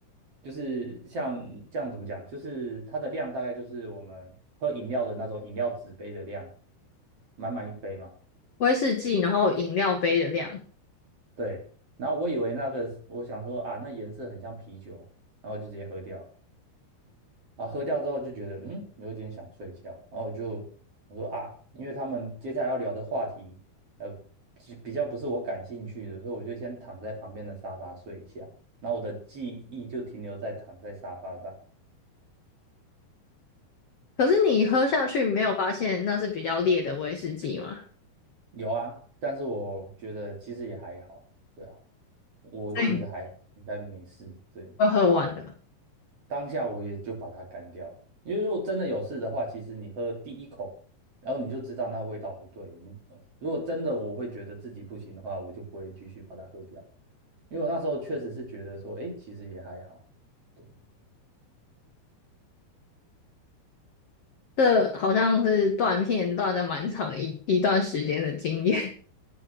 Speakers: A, on the right; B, on the left.
A: 就是像这样怎么讲，就是它的量大概就是我们喝饮料的那种饮料纸杯的量，满满一杯嘛。
B: 威士忌，然后饮料杯的量。
A: 对，然后我以为那个我想说啊，那颜色很像啤酒，然后就直接喝掉。啊，喝掉之后就觉得嗯，有点想睡觉，然后我就我说啊，因为他们接下来要聊的话题，呃，比比较不是我感兴趣的，所以我就先躺在旁边的沙发睡一下。然后我的记忆就停留在躺在沙发上。
B: 可是你喝下去没有发现那是比较烈的威士忌吗？
A: 有啊，但是我觉得其实也还好，对啊，我就觉得还好，
B: 所以
A: 应该没事。对，
B: 就喝完了。
A: 当下我也就把它干掉了。因为如果真的有事的话，其实你喝第一口，然后你就知道那味道不对。你如果真的我会觉得自己不行的话，我就不会继续把它喝掉。因为我那时候确实是觉得说，哎，其实也还好。对
B: 这好像是断片断的蛮长一一段时间的经验，